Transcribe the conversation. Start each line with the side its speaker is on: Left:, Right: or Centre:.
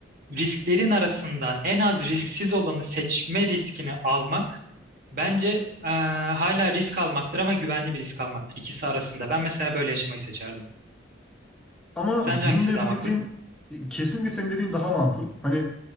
Right: risklerin arasından en az risksiz olanı seçme riskini almak bence e, hala risk almaktır ama güvenli bir risk almaktır ikisi arasında. Ben mesela böyle yaşamayı seçerdim.
Centre: Ama
Right: Sence
Centre: bunu
Right: hangisi
Centre: da yapabileceğin
Right: daha makul?
Centre: kesinlikle senin dediğin daha makul. Hani